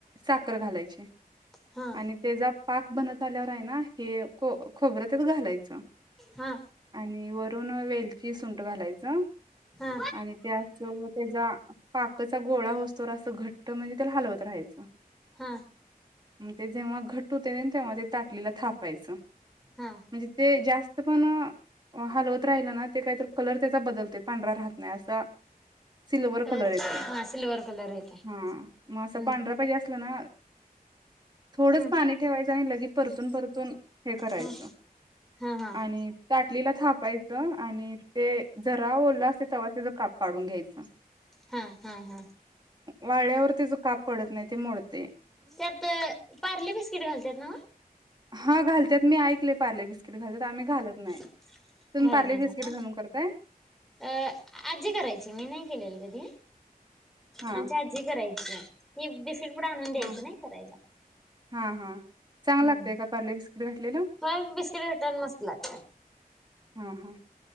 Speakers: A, on the right; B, in the centre.
A: साखर घालायची
B: हा
A: आणि त्याचा पाक बनत आल्यावर आहे ना हे खोबर त्यात घालायचं
B: हा
A: आणि व ून ववे शी सुंट घालायच आणि
B: हा
A: त्या त्याचा पाकचा गोळा होतो चोर अस घट्ट म्हणजे त्याला हलतहायचं
B: हा
A: ते जेव्हा घट होते तेव्हा ते ताटलीला थापायचं म्हणजे
B: हा
A: ते जास्त ते पण हलवत राहिल ना ते काय तर कलर त्याचा बदलते पांढरा राहत नाही अस सिल्वर कलर
B: हा
A: येतोय
B: सिल्वर कलर येते
A: हा मग अस
B: हम्म
A: पांढरा पाहिजे अस कणा थोडं
B: हम्म
A: पाणी ठेवायचं जालं की परतून परतून हे करायचं
B: ह हा हा
A: आणि ताटलीला थापायचं आणि ते जरा ओरलं असते तेव्हा तच काप पाडून घ्यायचं
B: हा हा हा
A: वाळ्यावर त्याचं काप पडत नाही ते मोडत
B: त्यात पार्ली बिस्किट घालतात ना म
A: हा घालत मी ऐकले पारले बिस्कीट घालात आम्ही घालत नाही
B: घालत
A: तुम्ही पार्ले
B: नाही
A: बिस्किट
B: सका
A: घालून करताय
B: अ आजी करायची मी नाही केलेली कधी
A: हा
B: आमज आजी करायची ही किप दिस. पुढे आणून द्यायचं
A: हा
B: नाही करायला
A: हा हा चांगलं
B: हम्म,
A: लागतंय का पार्ले बिस्किट घातलेलं
B: ह बिस्किट घेसन बसलाय.
A: हा हा.